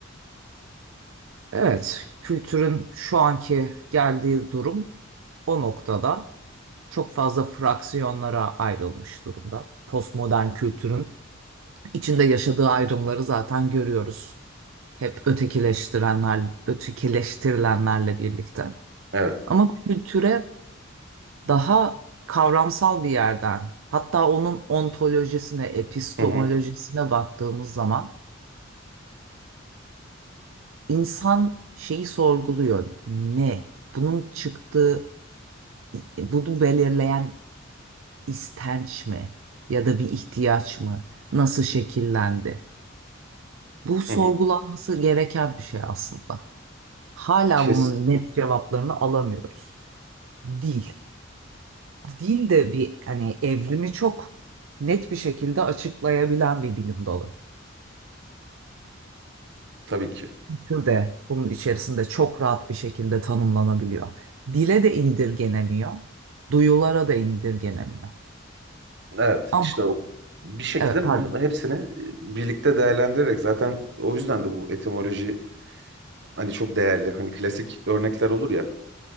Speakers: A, on the right (about 75°); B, on the right (about 60°).
A: Evet, kültürün şu anki geldiği durum o noktada çok fazla fraksiyonlara ayrılmış durumda. Postmodern kültürün içinde yaşadığı ayrımları zaten görüyoruz. Hep ötekileştirenler, ötekileştirilenlerle birlikte.
B: Evet.
A: Ama kültüre daha kavramsal bir yerden, hatta onun ontolojisine, epistemolojisine
B: Hı hı.
A: baktığımız zaman İnsan şeyi sorguluyor. Ne? Bunun çıktığı, bunu belirleyen istenç mi? Ya da bir ihtiyaç mı? Nasıl şekillendi? Bu sorgulanması
B: Hı hı.
A: gereken bir şey aslında. Hala
B: Kes
A: bunun net cevaplarını alamıyoruz. Dil. Dil de bir hani evrimi çok net bir şekilde açıklayabilen bir bilim dalı.
B: tabii ki.
A: tür de bunun içerisinde çok rahat bir şekilde tanımlanabiliyor. Dile de indirgenemiyor, duyulara da indirgenemiyor.
B: Evet
A: Ama
B: işte o- bir şekilde
A: evet pardon.
B: bunun hepsini e, birlikte değerlendirerek zaten o yüzden de bu etimoloji hani çok değerli. Hani klasik örnekler olur ya